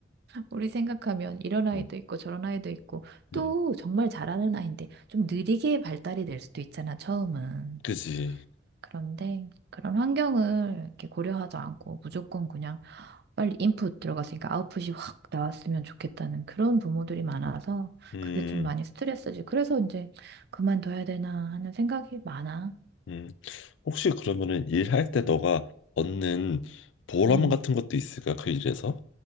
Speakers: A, on the right; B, on the left.
A: 우리 생각하면 이런 아이도
B: 응,
A: 있고 저런 아이도 있고 또
B: 응,
A: 정말 잘하는 아이인데 좀 느리게 발달이 될 수도 있잖아, 처음은.
B: 그지.
A: 그런데 그런 환경을 이렇게 고려하지 않고 무조건
B: 음.
A: 그냥 빨리 인풋 들어갔으니까 아웃풋이 확 나왔으면 좋겠다는 그런 부모들이 많아서
B: 음.
A: 그게 좀 많이 스트레스지. 그래서 이제 그만둬야 되나 하는 생각이 많아.
B: 음, 혹시 그러면은 일할 때 너가 얻는 보람
A: 음.
B: 같은 것도 있을까? 그 일에서?